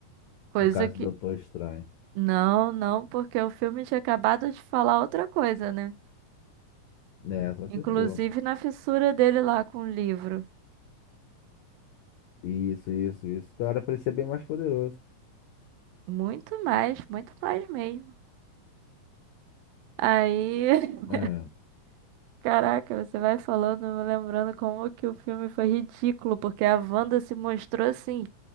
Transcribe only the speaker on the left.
No caso
do Doutor Estranho.
Né, só
se for.
Isso, isso, isso. Então era pra ele ser bem mais poderoso.
É,